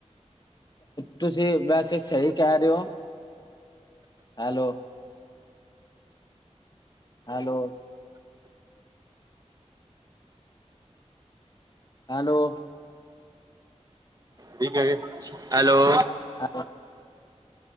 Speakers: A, on the left (about 35°); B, on the right (about 30°).
A: ਤੁਸੀਂ ਵੈਸੇ ਸਹੀ ਕਹਿ ਰਹੇ ਹੋ। ਹੈਲੋ। ਹੈਲੋ ਹੈਲੋ
B: ਠੀਕ ਹੈ ਹੈਲੋ
A: ਆ